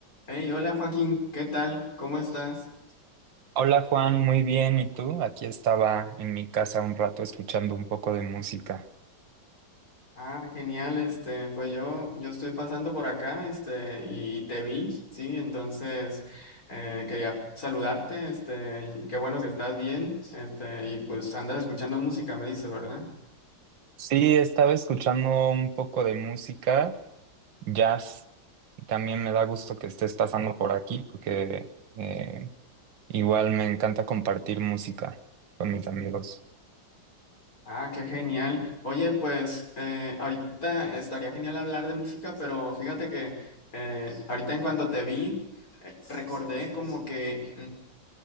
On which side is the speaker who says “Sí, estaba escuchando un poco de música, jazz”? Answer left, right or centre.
Right